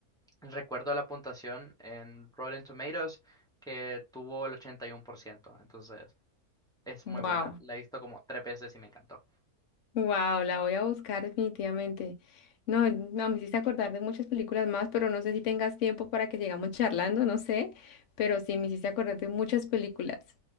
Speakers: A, in the centre; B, on the left.
A: Recuerdo la puntuación en Rotten Tomatoes que tuvo el 81%, entonces... Es
B: Wow.
A: muy buena. La he visto como tres veces y me encantó.
B: Wow, la voy a buscar definitivamente. No, no, me hiciste acordar de muchas películas más, pero no sé si tengas tiempo para que sigamos charlando, no sé, pero sí me hiciste acordar de muchas películas.